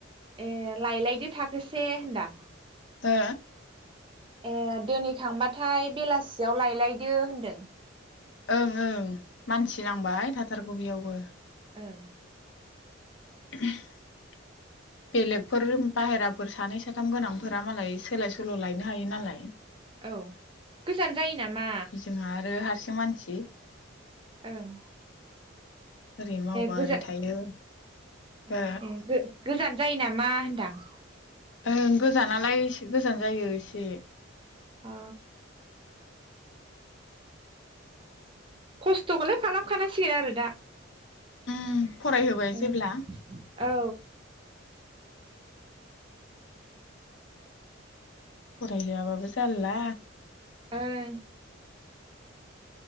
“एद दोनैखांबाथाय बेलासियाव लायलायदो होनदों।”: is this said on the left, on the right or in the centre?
Right